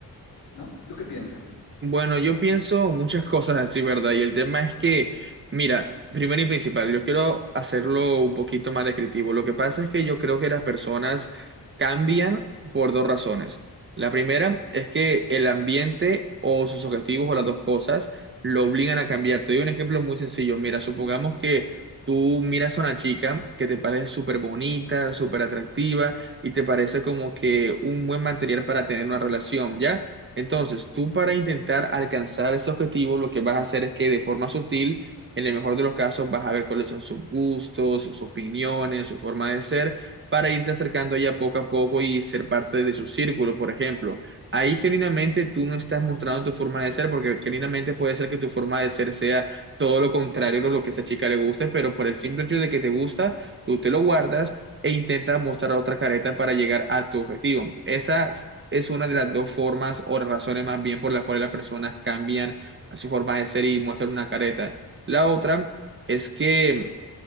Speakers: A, on the left (about 75°); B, on the right (about 30°).
A: ¿no? ¿Tú qué piensas?
B: Bueno, yo pienso muchas cosas así, ¿verdad? Y el tema es que, mira, primero y principal, yo quiero hacerlo un poquito más descriptivo. Lo que pasa es que yo creo que las personas cambian por dos razones. La primera es que el ambiente o sus objetivos o las dos cosas lo obligan a cambiar. Te doy un ejemplo muy sencillo. Mira, supongamos que tú miras a una chica que te parece súper bonita, súper atractiva y te parece como que un buen material para tener una relación, ¿ya? Entonces, tú para intentar alcanzar ese objetivo, lo que vas a hacer es que de forma sutil, en el mejor de los casos, vas a ver cuáles son sus gustos, sus opiniones, su forma de ser, para irte acercando ya poco a poco y ser parte de su círculo, por ejemplo. Ahí genuinamente tú no estás mostrando tu forma de ser, porque genuinamente puede ser que tu forma de ser sea todo lo contrario de lo que a esa chica le gusta, pero por el simple hecho de que te gusta, tú te lo guardas e intenta mostrar otra careta para llegar a tu objetivo. Esa es una de las dos formas o razones más bien por las cuales las personas cambian su forma de ser y muestran una careta. La otra es que